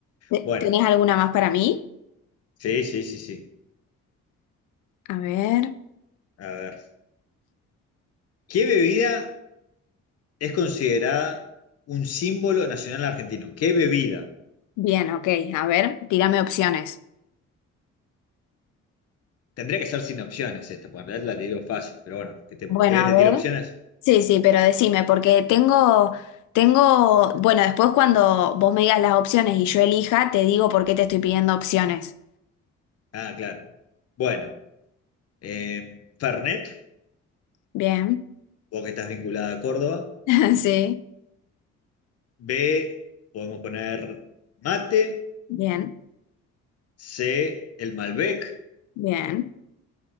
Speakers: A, on the left; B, on the left.
A: ¿te-
B: Bueno,
A: ¿tenés alguna más para mí?
B: sí, sí, sí, sí.
A: A ver,
B: A ver. ¿Qué bebida? es considerada un símbolo nacional argentino. ¿Qué bebida?
A: bien, ok, a ver, tírame opciones.
B: Tendría que ser sin opciones esta, porque en realidad la tiro fácil, pero bueno, ¿que te,
A: Bueno,
B: ¿querés
A: a
B: que te
A: ver.
B: tire opciones?
A: Sí, sí, pero decime, porque tengo, tengo, bueno, después cuando vos me digas las opciones y yo elija, te digo por qué te estoy pidiendo opciones.
B: Ah, claro. Bueno, eh, Fernet,
A: Bien,
B: vos que estás vinculada a Córdoba.
A: <laughs> sí,
B: B, podemos poner mate.
A: bien,
B: C, el Malbec.
A: bien.